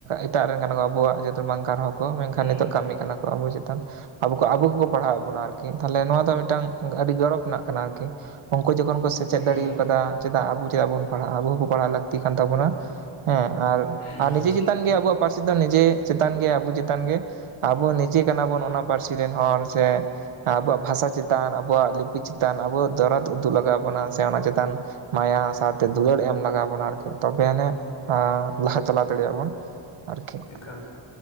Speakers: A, on the right; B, on the left.
A: ᱮᱴᱟᱜ ᱨᱮᱱ ᱠᱟᱱᱟ ᱠᱚ ᱟᱵᱚᱣᱟᱜ ᱡᱟᱹᱛ ᱵᱟᱝ ᱠᱟᱱ ᱨᱮᱦᱚᱸ ᱠᱚ ᱢᱮᱱᱠᱷᱟᱱ
B: ᱦᱩᱸ
A: ᱱᱤᱛᱚᱜ ᱠᱟᱹᱢᱤ ᱠᱟᱱᱟ ᱠᱚ ᱟᱵᱚ ᱪᱮᱛᱟᱱ ᱟᱵᱚ ᱠᱚ ᱟᱵᱚ ᱠᱚᱠᱚ ᱯᱟᱲᱦᱟᱣᱮᱫ ᱵᱚᱱᱟ ᱟᱨᱠᱤ ᱛᱟᱦᱞᱮ ᱱᱚᱣᱟ ᱫᱚ ᱢᱤᱫᱴᱟᱝ ᱟᱹᱰᱤ ᱜᱚᱨᱚᱵᱽ ᱨᱮᱱᱟᱜ ᱠᱟᱱᱟ ᱟᱨᱠᱤ᱾ ᱩᱱᱠᱩ ᱡᱚᱠᱷᱚᱱ ᱠᱚ ᱥᱮᱪᱮᱫ
B: ᱦᱳᱭ
A: ᱫᱟᱲᱮᱠᱟᱫᱟ
B: ᱦᱳᱭ
A: ᱪᱮᱫᱟᱜ ᱟᱵᱚ ᱪᱮᱫᱟᱜ ᱵᱚᱱ ᱯᱟᱲᱦᱟᱜᱼᱟ ᱟᱵᱚ ᱦᱚᱸ ᱯᱟᱲᱦᱟᱜ ᱞᱟᱹᱠᱛᱤ ᱠᱟᱱ ᱛᱟᱵᱚᱱᱟᱼᱼ ᱦᱮᱸ ᱟᱨ
B: ᱦᱩᱸ
A: ᱟᱨ ᱱᱤᱡᱮ ᱪᱮᱛᱟᱱ ᱜᱮ ᱟᱵᱚᱣᱟᱜᱼᱼ ᱯᱟᱹᱨᱥᱤ ᱫᱚ ᱱᱤᱡᱮ ᱪᱮᱛᱟᱱ ᱜᱮ ᱟᱵᱚ ᱪᱮᱛᱟᱱ ᱜᱮ ᱟᱵᱚᱼᱼ ᱪᱮ ᱠᱟᱱᱟ ᱵᱚᱱ ᱚᱱᱟ ᱯᱟᱹᱨᱥᱤ ᱨᱮᱱ ᱦᱚᱲ ᱥᱮᱼᱼ ᱟᱵᱚᱣᱟᱜ ᱵᱷᱟᱥᱟ ᱪᱮᱛᱟᱱ ᱟᱵᱚᱣᱟᱜ ᱞᱤᱯᱤ ᱪᱮᱛᱟᱱ ᱟᱵᱚᱣᱟᱜ ᱫᱚᱨᱚᱫᱼᱼ ᱩᱫᱩᱜ ᱞᱟᱜᱟᱣ ᱵᱚᱱᱟ ᱥᱮ ᱚᱱᱟ ᱪᱮᱛᱟᱱ ᱢᱟᱭᱟ ᱥᱟᱶᱛᱮ ᱫᱩᱞᱟᱹᱲ ᱮᱢ ᱞᱟᱜᱟᱣ ᱵᱚᱱᱟ ᱟᱨᱠᱤ᱾ ᱛᱚᱵᱮ ᱟᱱᱤᱡ ᱞᱟᱦᱟ ᱪᱟᱞᱟᱣ ᱫᱟᱲᱮ ᱭᱟᱜ ᱵᱚᱱ ᱟᱨᱠᱤ᱾
B: ᱮᱠᱟᱞ